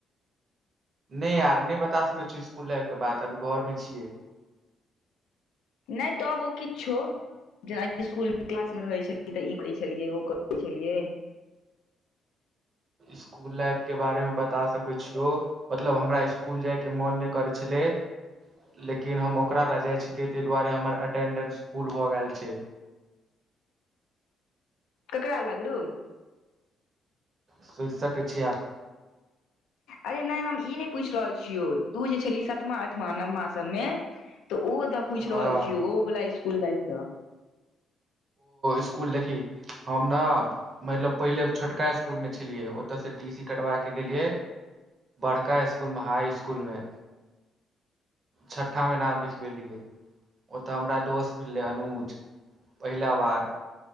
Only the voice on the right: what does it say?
नहि यार नहि बता सकैत छी स्कूल लाइफक बात एखन घरमे छी
स्कूल लाइफ के बारे मे बता सके छियो मतलब हमरा स्कूल जाय के मोन न करैत छलै लेकिन हम ओकरा लऽ जाइ छलै ताहि दुआरे हमर अटेंडेंस फूल भऽ गेल छै।
सोचि सकैत छियै आब
हँ
स्कूल देखी हम ने मतलब पहिने छोटका स्कूलमे छलियै ओतय सँ टी सी कटवा कऽ गेलियै बड़का स्कूलमे हाई स्कूलमे छठा मे नाम लिखबेलियै ओतऽ हमरा दोस्त मिलले अनुज पहिला बार